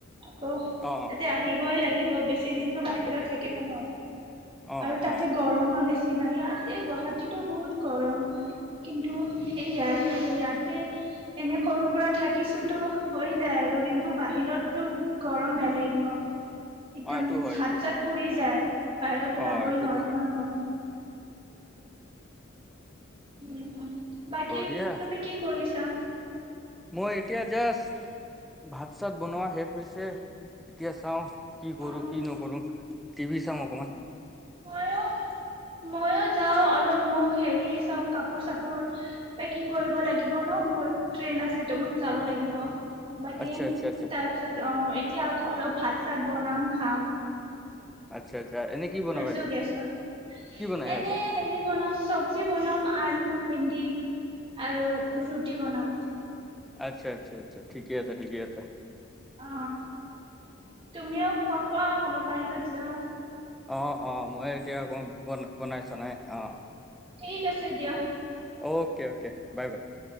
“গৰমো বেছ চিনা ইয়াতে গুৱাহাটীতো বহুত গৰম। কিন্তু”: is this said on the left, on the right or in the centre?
Right